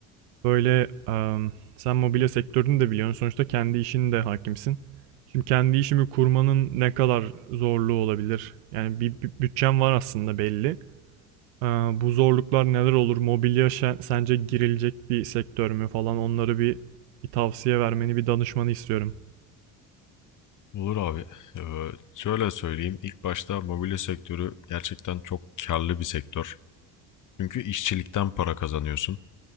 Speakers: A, on the right (about 80°); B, on the left (about 40°).
A: Böyle em, sen mobilya sektörünü de biliyorsun. Sonuçta kendi işin de hakimsin. Şimdi kendi işimi kurmanın ne kadar zorluğu olabilir? Yani bir, bir bütçem var aslında belli. Ee, bu zorluklar neler olur? Mobilya şe- sence girilecek bir sektör mü falan? Onları bir bir tavsiye vermeni, bir danışmanı istiyorum.
B: Olur abi. Ee, şöyle söyleyeyim. İlk başta mobilya sektörü gerçekten çok karlı bir sektör. Çünkü işçilikten para kazanıyorsun.